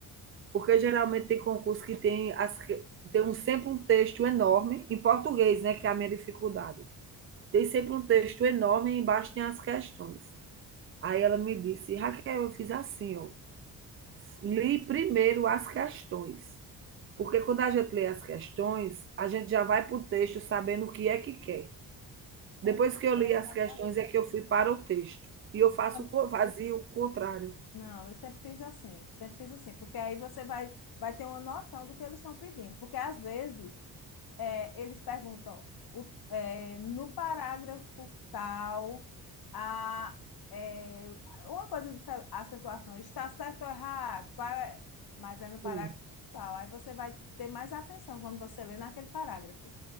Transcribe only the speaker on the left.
É, eu
também
faço assim.
Eu
Não, eu sempre fiz assim, sempre fiz assim, porque aí você vai, vai ter uma noção do que eles estão pedindo, porque às vezes é, eles perguntam o- é, no parágrafo tal, a, é, uma coisa de se- acentuação, está certo ou errado, qual é- mas é no parágrafo
tal, aí você vai ter mais atenção quando você lê naquele parágrafo,